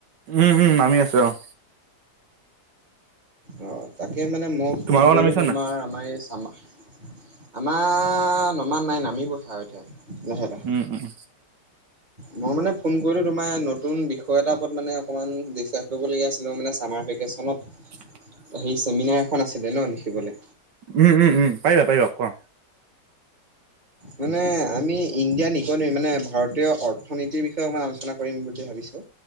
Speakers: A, on the right; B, on the right.
A: উম, উম, নামি আছে অ'।
B: অ তাকে মানে মই ফোন
A: তোমালোকৰ
B: কৰিলোঁ
A: নামিছে
B: তোমাৰ।
A: নাই
B: আমাৰ এই চামা, আমাৰ নমা নাই নামিবহে আৰু এতিয়া। লাহেতে।
A: উম উম
B: মই মানে ফোন কৰিলোঁ তোমাৰ, নতুন বিষয় এটাৰ ওপৰত মানে অকণমান ডিচকাছ কৰিবলগীয়া আছিলে। মই মানে চামাৰ ভেকেচনত
A: <inaudible>
B: হেই চেমিনাৰ এখন আছিলে ন লিখিবলে?
A: উম, উম, উম, পাৰিবা, পাৰিবা কোৱা।
B: মানে আমি ইণ্ডিয়া ইকনমিৰ মানে, ভাৰতীয় অৰ্থনীতিৰ বিষয়ে অকমান আলোচনা কৰিম বুলি ভাবিছোঁ